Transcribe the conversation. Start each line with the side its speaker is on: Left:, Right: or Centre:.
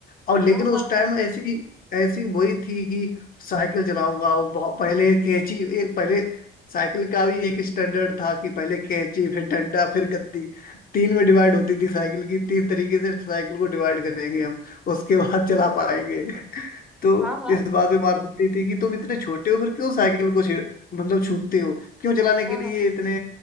Left: और लेकिन
Centre: हाँ
Left: उस
Centre: हाँ
Left: टाइम
Centre: हाँ
Left: ऐसी ऐसी वही थी कि साइकिल चलाऊंगा और बहुत पहले कैंची एक पहले साइकिल का भी एक स्टैंडर्ड था कि पहले कैंची फिर डंडा फिर गद्दी तीन में डिवाइड होती थी साइकिल की तीन तरीके से साइकिल को डिवाइड करेंगे हम उसके बाद चला पाएंगे तो
Centre: हाँ
Left: इस बात में मार पड़ती थी कि तुम इतने छोटे हो फिर क्यों साइकिल को छेड़ मतलब छूते हो क्यों चलाने के
Centre: हाँ
Left: लिए
Centre: हाँ हाँ
Left: इतने